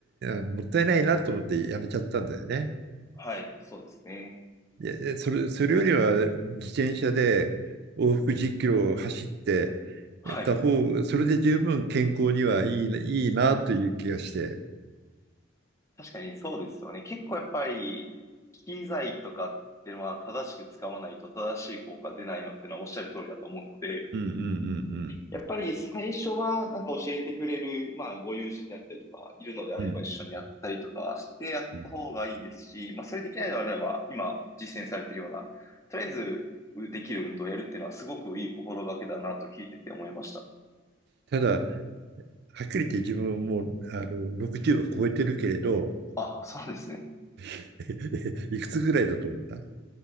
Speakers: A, on the right (about 55°); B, on the left (about 15°).
A: の、もったいないなと思ってやめちゃったんだよね。
B: はい。そうですね。
A: いや、いやそれ、それよりは自転車で往復10キロを走って
B: はい。
A: た方が、それで十分健康にはいいな、いいなという気がして。
B: 確かにそうですよね。結構やっぱり、機材とかっていうのは正しく使わないと正しい効果出ないのってのはおっしゃる通りだと思うので、
A: うんうんうん
B: やっぱり最初はなんか教えてくれる、まあご友人であったりとか、いるのであれば一緒にやったりとかしてやった方がいいですし、
A: うん。うんうん。
B: まあそれできないのであれば、今実践されているような、とりあえずできる運動をやるっていうのはすごくいい心がけだなと聞いてて思いました。
A: ただ、はっきり言って自分もうあの60を超えてるけれど、
B: あ、そうですね。
A: <laughs> いくつぐらいだと思った